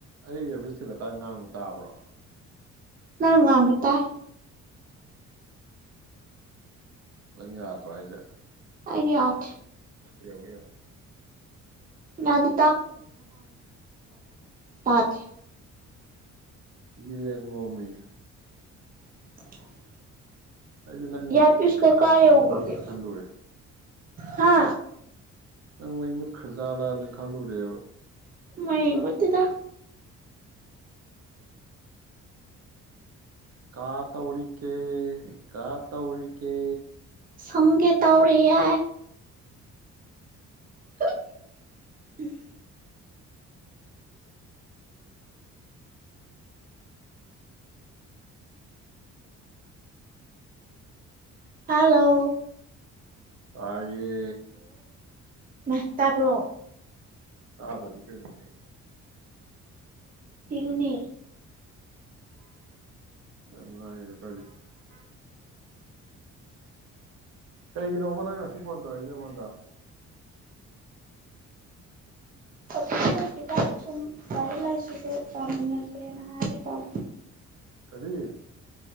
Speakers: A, on the right; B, on the right.
A: ꯑꯩꯒꯤ ꯏꯌꯥꯔꯄꯤꯁ ꯁꯤꯜꯂꯀꯥꯟꯗ ꯉꯥꯡꯕ ꯇꯥꯕ꯭ꯔꯣ
B: ꯅꯪ ꯉꯥꯡꯕ ꯇꯥꯏ
A: ꯅꯪ ꯌꯥꯗ꯭ꯔꯣ ꯍꯥꯏꯁꯦ
B: ꯑꯩꯒꯤ ꯌꯥꯗꯦ
A: ꯌꯦꯡꯉꯣ ꯌꯦꯡꯉꯣ
B: ꯌꯥꯗꯤ ꯇꯥꯗꯦ
A: ꯌꯦꯡꯉꯣꯃꯤ
B: <inaudible>
A: ꯑꯩꯁꯨ
B: ꯏꯌꯥꯔꯄꯤꯁꯀ ꯀꯥꯏ ꯌꯧꯒ꯭ꯔꯒꯦ
A: <inaudible> ꯈꯜꯂꯨꯔꯦ
B: ꯍꯥ
A: ꯅꯪ ꯃꯩ ꯃꯨꯠ ꯈꯔꯖꯥꯠꯂꯥꯅ ꯈꯜꯂꯨꯔꯦꯕ
B: ꯃꯩ ꯃꯨꯠꯇꯦꯗ
A: ꯀꯥ ꯇꯧꯔꯤꯒꯦ ꯀꯥ ꯇꯧꯔꯤꯒꯦ
B: ꯐꯝꯒꯦ ꯇꯧꯔꯤꯌꯦ <unintelligible> ꯍꯜꯂꯣ
A: ꯇꯥꯏ ꯌꯦ
B: ꯃꯏ ꯇꯥꯕ꯭ꯔꯣ
A: ꯇꯥꯗ꯭ꯔꯗꯤ ꯀꯩꯅꯣꯅꯦ
B: ꯏꯪꯅꯤ
A: <inaudible> ꯅ <inaudible> ꯀꯩꯒꯤꯅꯣꯕ ꯅꯪ ꯉꯁꯤ ꯐꯣꯟ ꯇꯧꯔꯛꯏꯁꯦ ꯑꯩꯉꯣꯟꯗ
B: ꯀꯩꯁꯨ ꯂꯩꯇꯦꯗ ꯁꯨꯝ ꯂꯔꯤꯛ ꯂꯥꯏꯁꯨꯁꯦ ꯄꯃꯤꯟꯅꯁꯦꯅ ꯍꯥꯏꯒꯦ ꯇꯧꯅꯦ
A: ꯀꯔꯤ